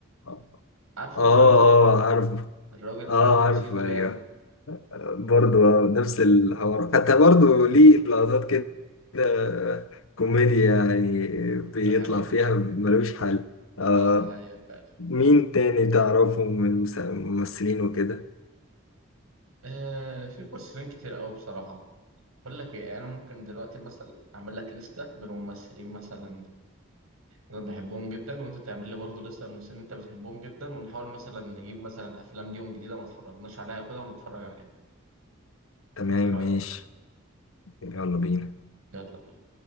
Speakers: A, on the left; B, on the right.
A: اه
B: عارفه
A: اه
B: انت الراجل ده
A: عارف
B: الراجل
A: اه
B: ده تمثيله
A: عارف ايوه
B: جامد
A: برضو آه، نفس الحوار حتى برضو ليه لقطات كده آه، كوميديا يعني بيطلع
B: ده حقيقه
A: فيها ملوش حل آه
B: اه ده حقيقه فعلا
A: مين تاني تعرفه من المس- الممثلين وكده
B: آه في ممثلين كتير قوي بصراحه بقول لك ايه انا ممكن دلوقتي مثلا اعمل لك لسته بالممثلين مثلا انا بحبهم جدا وانت تعمل لي برضه لسه الممثلين اللي انت بتحبهم جدا ونحاول مثلا نجيب مثلا افلام ليهم جديده ما اتفرجناش عليها كده ونتفرج عليها
A: تمام
B: ايه رايك
A: ماشي يلا بينا
B: يلا بينا